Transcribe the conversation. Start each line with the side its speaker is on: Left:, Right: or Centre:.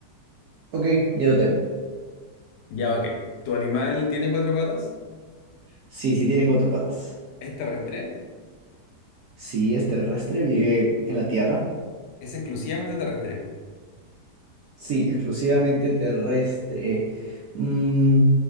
Right: Ok, ya lo tengo.
Left: Ya, ok. ¿Tu animal tiene cuatro patas?
Right: Sí, sí tiene cuatro patas.
Left: ¿Es terrestre?
Right: Sí, es terrestre, vive en la tierra.
Left: ¿Es exclusivamente terrestre?
Right: Sí, exclusivamente terrestre. Mm,